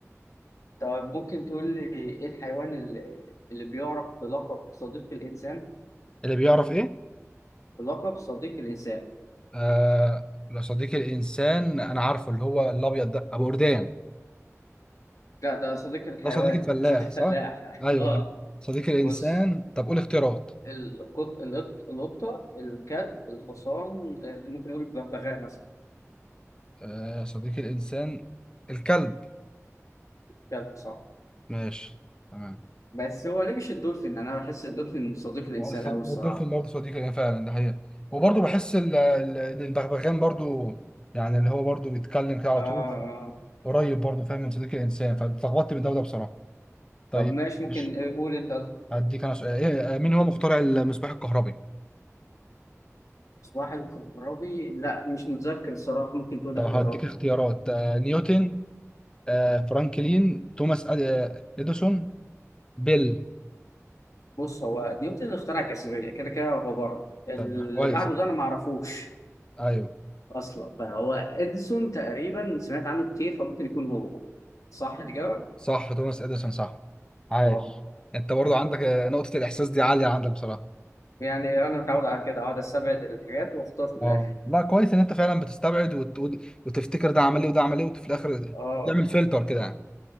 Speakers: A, on the left (about 80°); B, on the left (about 15°).
A: طب ممكن تقول لي إيه الحيوان اللي, اللي بيعرف بلقب صديق الإنسان؟
B: اللي بيعرف إيه؟
A: بلقب صديق الإنسان
B: آه، لو صديقي الإنسان أنا عارفه اللي هو الأبيض ده أبو أردان
A: لا ده صديق الحيوان
B: ده صديقي الفلاح
A: صديق فلاح
B: صح؟ أيوه
A: <laughs> آه
B: صديقي الإنسان
A: بص
B: طب قول اختيارات
A: القط القط القطة الكلب الحصان آه، ممكن نقول الببغاء مثلا
B: آه، صديقي الإنسان الكلب
A: كلب صح
B: ماشي تمام
A: بس هو ليه مش الدولفين انا بحس الدولفين صديق الانسان
B: الصد-
A: قوي الصراحه
B: الدولفين برضه صديقي ليا فعلا ده حقيقة وبرضه بحس ال- ال- إن البغبغان برضه يعني اللي هو برضه بيتكلم كده على
A: اه
B: طول
A: اه
B: قريب برضه فاهم من صديق الإنسان فاتلخبطت من ده وده بصراحة طيب
A: طب ماشي ممكن
B: مش
A: آه، قول انت
B: هديك أنا سؤال إيه مين هو مخترع المصباح الكهربي؟
A: صباح الكهربي لا مش متذكر الصراحه ممكن تقول
B: طب
A: اختيارات
B: هديك اختيارات آه، نيوتن آه، فرانكلين توماس أد- آه، إديسون بيل
A: بص هو نيوتن اخترع الجاذبيه كده كده هو بره اللي
B: طب كويس
A: بعده
B: أنت
A: ده انا ما اعرفوش
B: أيوه
A: اصلا فهو اديسون تقريبا سمعت عنه كتير فممكن يكون هو صح الاجابه
B: صح توماس إديسون صح عايش
A: اه
B: أنت برضه
A: حبيبي
B: عندك آه، نقطة الإحساس دي عالية عندك بصراحة
A: يعني انا متعود على كده اقعد استبعد الحاجات واختار في الاخر
B: اه لا كويس ان انت فعلا بتستبعد وت... وت- وتفتكر ده عمل ايه وده عمل ايه وفي الاخر
A: اه
B: تعمل فلتر كده يعني